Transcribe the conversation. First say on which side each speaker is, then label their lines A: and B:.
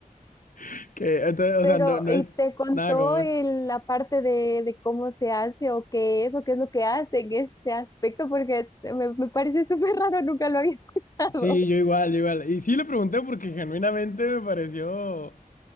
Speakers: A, on the left; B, on the left.
A: <laughs> que, entonces, o
B: Pero,
A: sea, no, no
B: ¿y
A: es
B: te contó
A: nada común.
B: el- la parte de, de cómo se hace o qué es o qué es lo que hace en ese aspecto? Porque me, me parece súper raro, nunca lo había escuchado.
A: Sí,
B: <laughs>
A: yo igual, yo igual. Y sí le pregunté porque genuinamente me pareció